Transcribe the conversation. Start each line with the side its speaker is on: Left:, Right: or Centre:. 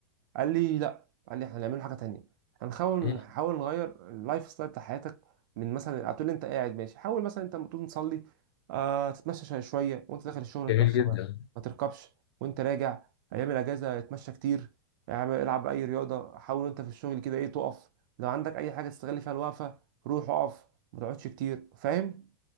Right: قال لي لا قال لي احنا هنعمله حاجه تانية هنحاول
Left: مم.
Right: نحاول نغير اللايف ستايل بتاع حياتك من مثلا هتقول لي انت قاعد ماشي حاول مثلا انت لما تقوم تصلي آه تتمشى شويه شوية، وانت داخل الشغل اتمشى
Left: جميل جدا
Right: بقى ما تركبش وانت راجع ايام الاجازه اتمشى كتير اعمل- العب اي رياضه حاول وانت في الشغل كده ايه تقف لو عندك اي حاجه تستغل فيها الوقفه روح اقف ما تقعدش كتير فاهم